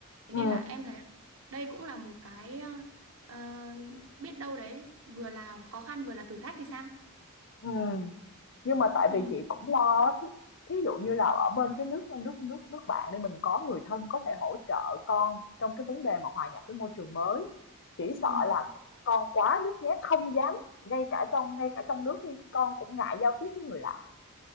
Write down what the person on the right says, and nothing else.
thế
nên là em thấy đây cũng là một cái ờ, ờ, biết đâu đấy vừa là khó khăn vừa là thử thách thì sao
ừ
Ừ.